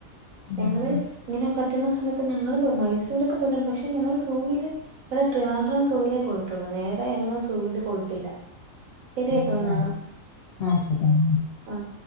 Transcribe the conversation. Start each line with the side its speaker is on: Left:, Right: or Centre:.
Left: ഉം.
Right: ഞങ്ങള് ഇങ്ങനെ പറ്റുന്ന സമയത്ത് ഞങ്ങള് മൈസൂരൊക്കെ പോയിട്ടണ്ട് പക്ഷെ ഞങ്ങള് സൂൽ ഇവിടെ ത്രിവാൻഡ്രം സൂവിലേ പോയിട്ടുള്ളൂ വേറെ എങ്ങും സൂവിൽ പോയിട്ടില്ല ശരി
Left: ഉം
Right: കേട്ടോ
Left: ല്ലേ.
Right: എന്നാ
Left: ആയിക്കോട്ടെ എന്നാ.
Right: ആഹ്